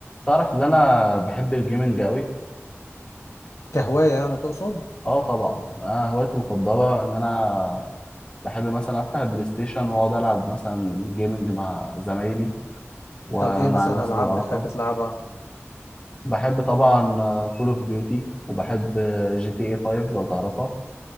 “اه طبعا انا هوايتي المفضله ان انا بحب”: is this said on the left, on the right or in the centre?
Left